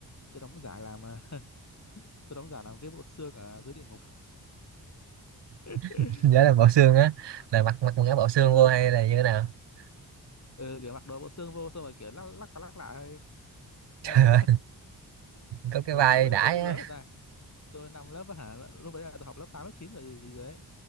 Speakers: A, on the left; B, on the right.
A: tôi đóng giả làm ờ, <laughs> tôi đóng giả làm cái bộ xương ở dưới địa ngục <laughs>
B: <laughs> nhớ là bộ xương á là mặc mặc quần áo bộ xương
A: ờ
B: vô hay là như thế nào <laughs>
A: ờ kiểu mặc đồ bộ xương vô xong rồi kiểu lắc lắc qua lắc lại thôi thế
B: Trời
A: thôi
B: ơi,
A: <laughs>
B: có cái
A: mà,
B: vai
A: mà lúc đấy
B: đãi
A: là tôi cũng
B: á
A: lớn rồi ta tôi năm lớp á hả lúc đấy là tôi học lớp 8 lớp 9 rồi gì gì rồi đấy